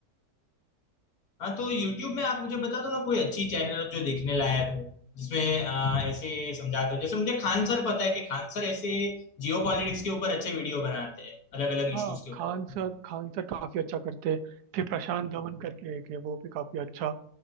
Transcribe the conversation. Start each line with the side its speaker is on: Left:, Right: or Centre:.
Left: हाँ तो YouTube में आप मुझे बता दो ना कोई अच्छी चैनल जो देखने लायक हो जिसमें आ, ऐसे समझाते हो जैसे मुझे खान सर पता है कि खान सर ऐसे जियो पॉलिटिक्स के ऊपर अच्छे वीडियो बनाते हैं अलग अलग इश्यूज
Right: हाँ
Left: के ऊपर
Right: खान सर खान सर काफ़ी अच्छा करते हैं फिर प्रशांत धवन करके एक है वो भी काफ़ी अच्छा